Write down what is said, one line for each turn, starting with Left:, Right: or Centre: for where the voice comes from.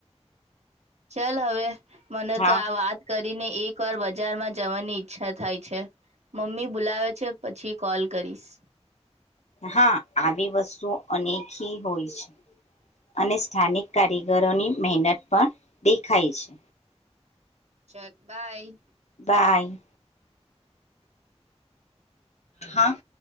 Right: ચાલ હવે. મને
Left: હા
Right: તો આ વાત કરીને. એક વાર બજારમાં જવાની ઈચ્છા થાય છે મમ્મી બોલાવે છે પછી કોલ કરીશ.
Left: હા આવી વસ્તુઓ અનેકી હોય છે અને સ્થાનિક કારીગરોની મહેનત પણ દેખાય છે.
Right: ચાલ બાય.
Left: બાય હા.